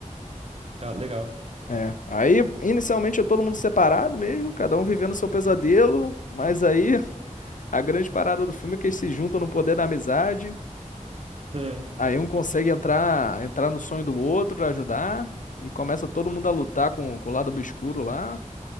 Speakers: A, on the right (about 50°); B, on the left (about 75°).
A: Ah, Legal.
B: É. Aí, inicialmente, é todo mundo separado mesmo, cada um vivendo seu pesadelo, mas aí a grande parada do filme é que eles se juntam no poder da amizade.
A: Hum.
B: Aí um consegue entrar, entrar no sonho do outro pra ajudar. E começa todo mundo a lutar com, com o lado obscuro lá.